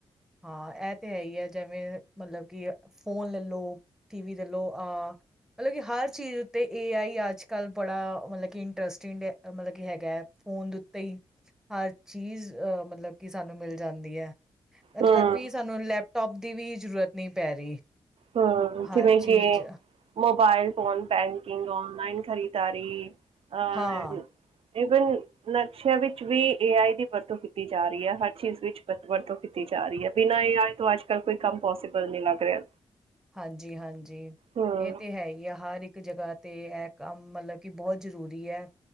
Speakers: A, in the centre; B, on the right.
A: ਹਾਂ ਇਹ ਤਾਂ ਹੈ ਹੀ ਹੈ ਜਿਵੇਂ ਮਤਲਬ ਕਿ ਫੋਨ ਲੈ ਲਓ ਟੀਵੀ ਲੋ ਆਹ ਮਤਲਬ ਕਿ ਹਰ ਚੀਜ਼ ਉੱਤੇ ਏ ਆਈ ਅੱਜ ਕੱਲ੍ਹ ਬੜਾ ਮਤਲਬ ਕਿ ਇੰਟਰਸਟਿੰਡ ਮਤਲਬ ਕਿ ਹੈਗਾ ਫੋਨ ਦੇ ਉੱਤੇ ਹੀ ਹਰ ਚੀਜ਼ ਅਹ ਮਤਲਬ ਕਿ ਸਾਨੂੰ ਮਿਲ ਜਾਂਦੀ ਹੈ ਇਥੋਂ
B: ਹਮ
A: ਤੱਕ ਵੀ ਸਾਨੂੰ ਲੈਪਟੋਪ ਦੀ ਵੀ ਜ਼ਰੂਰਤ ਨਹੀਂ ਪੈ ਰਹੀ
B: ਹਮ
A: ਹਰ
B: ਜਿਵੇਂ
A: ਚੀਜ਼
B: ਕਿ ਮੋਬਾਈਲ ਫੋਨ ਬੈਂਕਿੰਗ ਔਨਲਾਈਨ ਖਰੀਦਦਾਰੀ ਅ
A: ਹਾਂ
B: ਇਵਨ ਨਕਸ਼ਿਆਂ ਵਿੱਚ ਵੀ ਏ ਆਈ ਦੀ ਵਰਤੋਂ ਕੀਤੀ ਜਾ ਰਹੀ ਹੈ ਹਰ ਚੀਜ਼ ਵਿਚ ਵਰਤੋਂ ਕੀਤੀ ਜਾ ਰਹੀ ਹੈ ਬਿਨਾਂ ਏ ਆਈ ਤੋਂ ਅੱਜ ਕੱਲ ਕੋਈ ਕੰਮ ਪੋਸੀਬਲ ਨਹੀਂ ਲੱਗ ਰਿਹਾ
A: ਹਾਂਜੀ ਹਾਂਜੀ
B: ਹੂੰ-ਹੂੰ-ਹੂੰ-ਹੂੰ,
A: ਇਹ ਤਾਂ ਹੈ ਹੀ ਆ ਹਰ ਇੱਕ ਜਗ੍ਹਾ ਅਤੇ ਇਹ ਕੰਮ ਮਤਲਬ ਕਿ ਬਹੁਤ ਜ਼ਰੂਰੀ ਹੈ